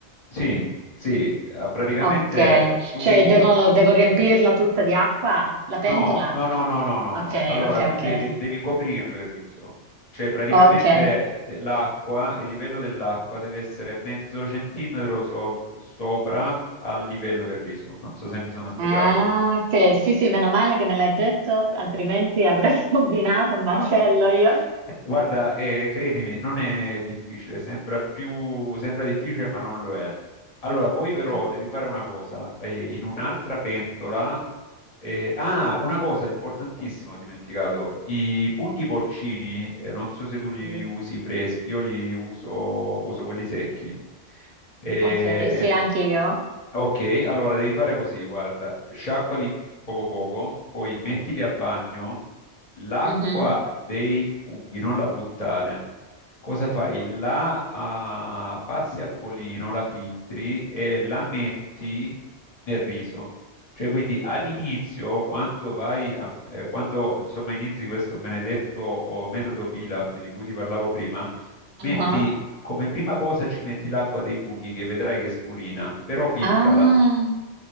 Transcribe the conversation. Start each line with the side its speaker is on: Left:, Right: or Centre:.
Left: sì, sì, eh, praticamente
Right: Ok.
Left: tu...
Right: Cioè, devo, devo riempirla tutta di acqua? La pentola?
Left: No, no, no, no, no, no,
Right: Ok,
Left: no. Allora
Right: ok,
Left: tu
Right: ok.
Left: devi, devi coprirlo il riso. Cioè praticamente
Right: Ok,
Left: de- l'acqua, il livello dell'acqua deve essere mezzo centimetro so- sopra al livello del riso. Non so se mi sono spiegato.
Right: Ah, ok, sì, sì, meno male che me l'hai detto, altrimenti avrei <laughs> combinato un macello
Left: Ok.
Right: io.
Left: Guarda, eh, credimi, non è difficile, sembra più, sembra difficile, ma non lo è. Allora, poi però
Right: Ah,
Left: devi fare una cosa, eh, in un'altra pentola, eh, ah, una cosa importantissima, ho dimenticato, i funghi porcini, eh, non so se tu li
Right: Sì.
Left: usi freschi, io li uso, uso quelli secchi. Eh,
Right: Ok, sì, anche io.
Left: Ok, allora devi fare così, guarda, sciacquali poco poco, poi mettili a bagno, l'acqua
Right: Mhm,
Left: dei funghi non la buttare. Cosa fai? La ah, passi al colino, la filtri e la metti nel riso. Cioè, quindi all'inizio, quando vai a- eh, quando insomma inizi questo benedetto oh, metodo Pilaf di cui ti parlavo prima,
Right: aha.
Left: Metti come prima cosa ci metti l'acqua dei funghi che vedrai che scurina, però filtrala.
Right: Ah,